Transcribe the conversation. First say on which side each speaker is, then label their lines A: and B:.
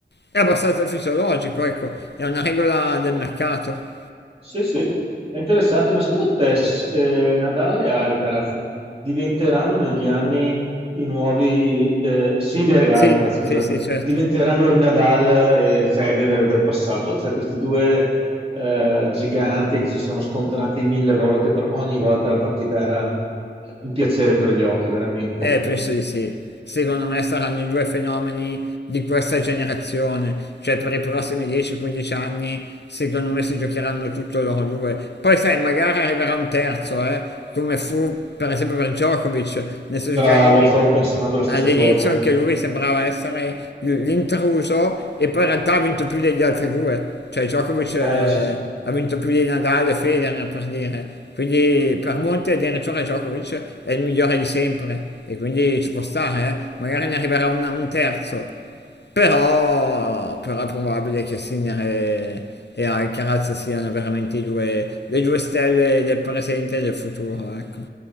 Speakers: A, on the left (about 65°); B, on the right (about 30°).
A: è abbastanza fisiologico, ecco, è una regola del mercato.
B: Sì, sì, è interessante, ma secondo te s- eh, Nadal e Alcaraz diventeranno negli anni i nuovi, eh, Sinner e
A: Sì,
B: Alcaraz, scusa,
A: sì, sì, certo.
B: diventeranno il Nadal e Federer del passato? Cioè questi due eh, giganti che si sono scontrati mille volte, per ogni volta la partita era un piacere per gli occhi, veramente.
A: Eh, penso di sì. Secondo me saranno i due fenomeni di questa generazione, cioè per i prossimi 10-15 anni, secondo me si giocheranno tutto loro due. Poi sai, magari arriverà un terzo, eh, come fu per esempio per Djokovic, nel senso
B: Bravo,
A: che all'ini-
B: stavo pensando la stessa
A: All'inizio
B: cosa.
A: anche lui sembrava essere l- l'intruso e poi in realtà ha vinto più degli altri due, cioè Djokovic Eh
B: Eh, sì.
A: eh, sì. ha vinto più di Nadal e Federer per dire, quindi per molti addirittura Djokovic è il migliore di sempre e quindi ci può stare, eh. Magari ne arriverà una- un terzo, però, però è probabile che Sinner e, e Alcaraz siano veramente i due, le due stelle del presente e del futuro, ecco.